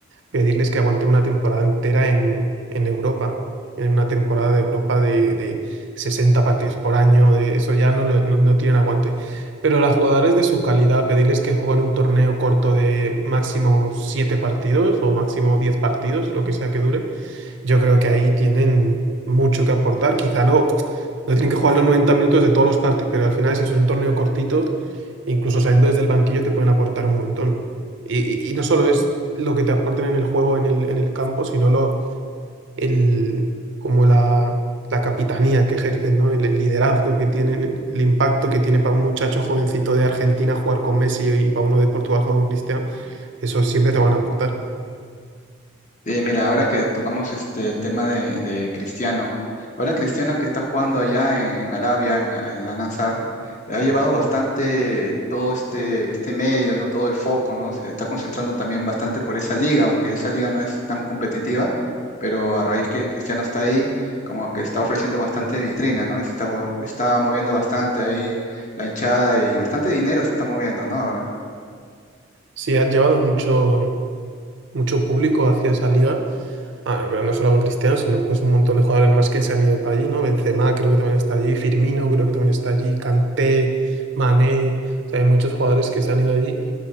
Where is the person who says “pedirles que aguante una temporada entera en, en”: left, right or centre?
Right